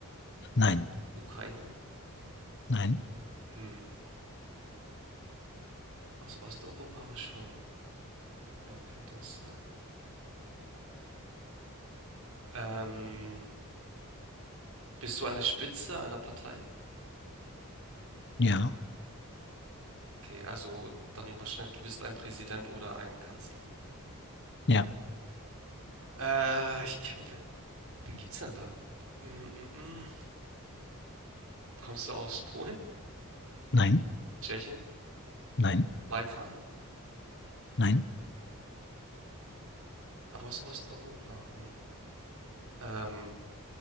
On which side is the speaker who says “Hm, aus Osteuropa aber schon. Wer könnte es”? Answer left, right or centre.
Right